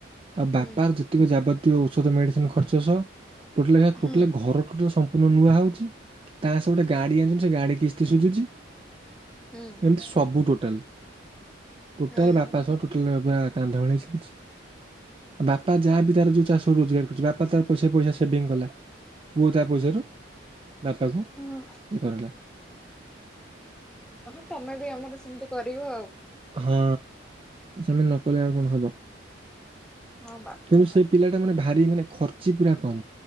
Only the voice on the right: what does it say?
ଆଉ
ବାପାର ଯେତିକ ଯାବତ ଇଏ ଔଷଧ ମେଡ଼ିସିନ୍ ଖର୍ଚ୍ଚ ସହ ଟୋଟାଲେ ଟୋଟାଲେ
ଘର ଟୋଟାଲ ସମ ନୂ-ନୂଆ ହଉଛି ତା ସହ ଗୋଟେ ଗାଡି ଆଣିଛନ୍ତି। ସେ ଗାଡି କିସ୍ତି ସୁଝୁଛି।
ଏମତି ସବୁ ଟୋ ଟାଲ। ଟୋଟାଲ
ବାପା ସହ ଟୋଟାଲ ବା କାନ୍ଧ ଭଳି ଚାଲିଛି। ବାପା ଯାହା ବିି ତାର ଯୋଉ ଚାଷ ରୋଜଗାର କରିୁଛି। ବାପା ତାର ପଇସା ପଇସା ସେଭିଙ୍ଗ କଲା। ପୁଅ ତା ପଇସାରୁ ବାପାକୁ ଇଏ
କରେଲା
ହଁ, ସେମିତି ନକଲେ ଆଉ କଣ ହବ?
ତେଣୁ ସେ ପିଲା ମାନେ ଭାରି ମାନେ ଖର୍ଚ୍ଚି ପୁରା କମ୍।